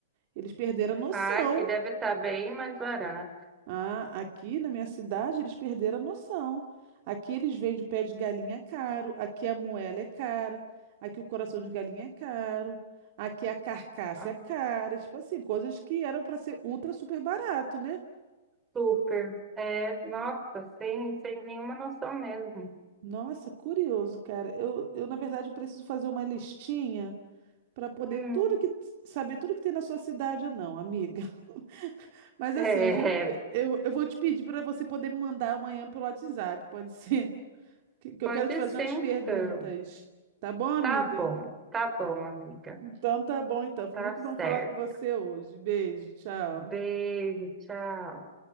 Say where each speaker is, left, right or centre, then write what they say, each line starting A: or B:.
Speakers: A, on the right (about 50°); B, on the right (about 15°).
A: Eles perderam a noção.
B: Ah, aqui deve estar bem mais barato.
A: Ah, aqui na minha cidade eles perderam a noção. Aqui eles vendem o pé de galinha caro, aqui a moela é cara, aqui o coração de galinha é caro, aqui a carcaça
B: Ah,
A: é cara, tipo assim, coisas que eram para ser ultra super barato, né?
B: super. É, nossa, sem, sem nenhuma noção mesmo.
A: Nossa, curioso, cara. Eu, eu na verdade eu preciso fazer uma listinha para poder
B: Hum,
A: tudo que saber tudo que tem na sua cidade ou não, amiga. <laughs> Mas
B: é,
A: assim, a
B: é.
A: gente- eu, eu vou te pedir para você poder me mandar amanhã pelo WhatsApp, pode ser? que, que
B: pode
A: eu quero te fazer
B: ser
A: umas
B: então.
A: perguntas. Tá bom, amiga?
B: Tá bom, tá bom, amiga.
A: Então tá bom, então. Foi
B: Tá
A: muito bom
B: certo.
A: falar com você hoje. Beijo, tchau.
B: Beijo, tchau.